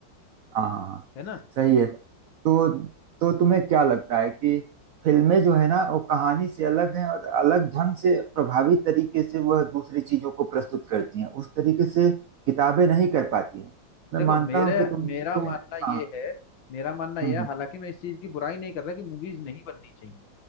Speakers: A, on the right; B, on the left.
A: हाँ हाँ हाँ
B: है ना
A: सही है तो तो तुम्हें क्या लगता है कि फिल्में जो है ना वो कहानी से अलग हैं और अलग ढंग से प्रभावी तरीके से वह दूसरी चीजों को प्रस्तुत करती हैं उस तरीके से किताबें नहीं कर पाती हैं मैं
B: देखो
A: मानता
B: मेरे
A: हूँ कि तुम
B: मेरा
A: तुम
B: मानना
A: हाँ
B: ये है मेरा मानना ये
A: हम्म हम्म
B: है हालांकि मैं इस चीज की बुराई नहीं कर रहा कि मूवीज नहीं बननी चाहिए